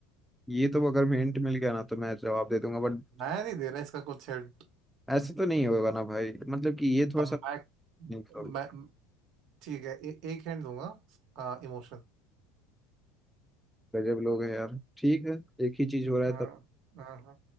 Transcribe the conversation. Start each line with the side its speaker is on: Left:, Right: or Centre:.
Centre: ये तो अगर मैं हिंट मिल गया ना तो मैं जवाब दे दूंगा बट
Right: मैं नहीं दे रहा इसका कुछ हिंट
Centre: ऐसे तो नहीं होगा ना भाई मतलब कि ये थोड़ा
Right: अब
Centre: सा
Right: मैं
Centre: नहीं होगा।
Right: मैं ठीक है ए, एक हिंट दूंगा इमोशन
Centre: गजब लोग है यार ठीक है एक ही चीज हो रहा है
Right: हाँ
Centre: तब
Right: हाँ हाँ